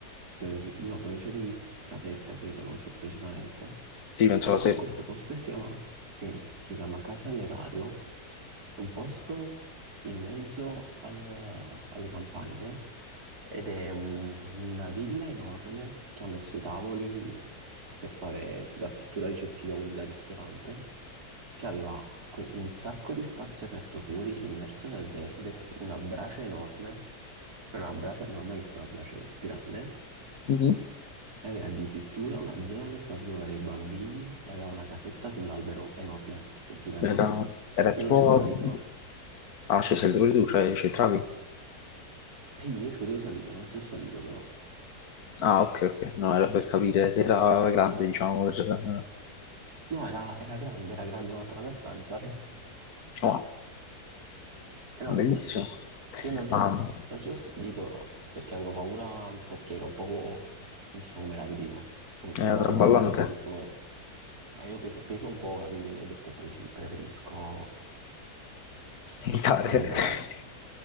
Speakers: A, on the right (about 65°); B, on the left (about 65°).
A: per- no, provincia di Caserta, credo, non so precisamente.
B: sì, non
A: Comunque
B: so se
A: questo posto si chiama, sì, si chiama Casa all'Erario, è un posto in mezzo al- alle campagne ed è un- una villa enorme che ha messo i tavoli per fare da struttura ricettiva, quindi da ristorante, che aveva que- un sacco di spazio aperto fuori, immerso nel verde, una brace enorme, una brace, non ho mai visto una brace così grande.
B: Mhm.
A: E aveva addirittura una zona per far giocare i bambini e aveva una casetta sull'albero enorme, cioè gigantesca.
B: era, era
A: Io
B: tipo...
A: non ci sono salito.
B: Ah, c'è sempre pure tu, cioè c'entravi?
A: Sì, io ci potevo salire, ma non ci sono salito però.
B: Ah, ok, ok, no, era per capire se era grande, diciamo, per...
A: No, era, era grande, era grande quanto la mia stanza, cioè, <laughs>
B: diciamo, ah,
A: enorme.
B: bellissimo.
A: Io non
B: Ma
A: ci, non ci sono salito perché avevo paura, perché era un po', non so come la vedevo, un-
B: era
A: non la
B: traballante,
A: vedo molto safe. come- eh, io peso, peso un po', capi, quindi ho detto preci- preferisco
B: militare.
A: evitare.
B: <laughs>